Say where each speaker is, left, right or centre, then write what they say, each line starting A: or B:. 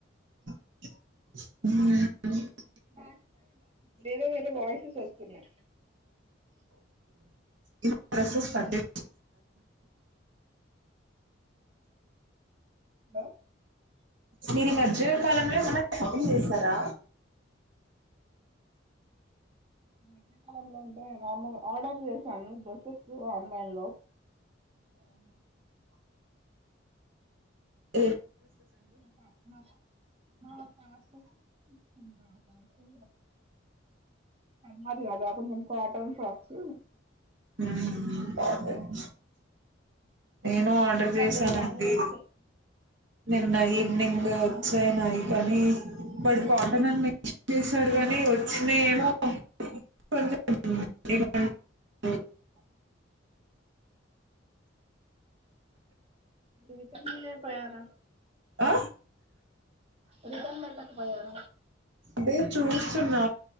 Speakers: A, on the right; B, on the right.
A: ఆ
B: బ్యాక్ సైడు వేరే వేరే వాయిసెస్ వస్తున్నాయ్
A: ఇది <inaudible>
B: హ
A: మీరు ఈ మధ్య కాలంలో ఏమన్న షాపింగ్ చేసారా
B: ఈ మధ్యకాలంలో అంటే దాన్లో ఆర్డర్ చేశాను డ్రెస్సెస్ ఒ ఆన్లైన్ లో
A: ఏ
B: మా పాప మా పాపు మా బాబు నెమ్మదిగ అది రాకుండ ఇంకో అయిటెమ్స్ వచ్చి
A: మ్మ్ నేను ఆర్డర్
B: పర్లేదు
A: చేసానండి
B: బానే వచ్చాయి
A: నిన్న ఈవినింగ్ వచ్చాయి నాయి కానీ వాడు కాటన్ అని చేసాడు కాని వచ్చినీయ్ ఏమో కొ <inaudible>
B: రిటన్ ఇయలే పోయరా
A: ఆ?
B: రిటన్ పెట్టక పోయర
A: అదే చూస్తున్నా